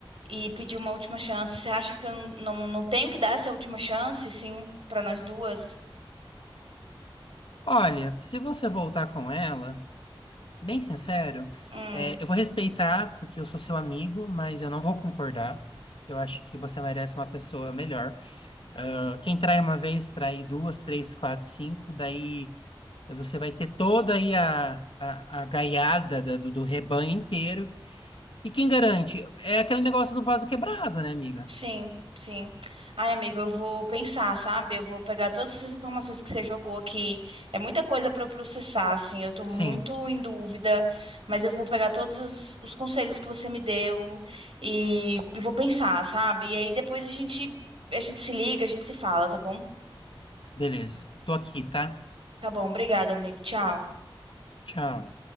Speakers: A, on the right; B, on the left.
A: e pedir uma última chance, você acha que eu não, não, não tenho que dar essa última chance, assim, pra nós duas?
B: Olha, se você voltar com ela. bem sincero,
A: Hum.
B: é, eu vou respeitar porque eu sou seu amigo, mas eu não vou concordar. Eu acho que você merece uma pessoa melhor. Ah, quem trai uma vez, trai duas, três, quatro, cinco. Daí você vai ter toda aí a, a, a gaiada da- do, do rebanho inteiro. E quem garante? É aquele negócio do vaso quebrado, né, amiga?
A: Sim, sim. Ai, amigo, eu vou pensar, sabe? Eu vou pegar todas essas informações que você jogou aqui. É muita coisa para eu processar, assim. Eu tô muito
B: Sim,
A: em dúvida, mas eu vou pegar todos os, os conselhos que você me deu e, e vou pensar, sabe? E aí depois a gente a gente se liga, a gente se fala, tá bom?
B: beleza. Tô aqui, tá?
A: Tá bom, obrigada, amigo. Tchau.
B: Tchau.